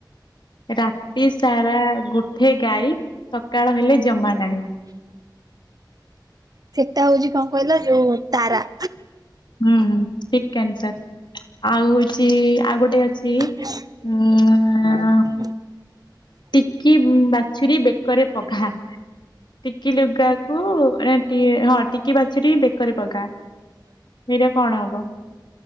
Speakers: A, on the left; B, on the right.
A: ରାତି ସାରା ଗୋଠେ ଗାଈ ସକାଳ ହେଲେ ଜମା ନାହିଁ।
B: ସେଟା ହଉଛି କଣ କହିଲ ଯୋଉ ତାରା।
A: ହୁଁ ହୁଁ ଠିକ୍ ଆନସର୍ ଆଉ ହଉଛି ଆଉ ଗୋଟେ ଅଛି।
B: <inaudible>
A: ଉଁ ଟିକି ବାଛୁରୀ ବେକରେ ପଘା ଟିକି ଲୁଗାକୁ ଟି ହଁ ଟିକି ବାଛୁରୀ ବେକରେ ପଘା ଏଇଟା କଣ ହବ?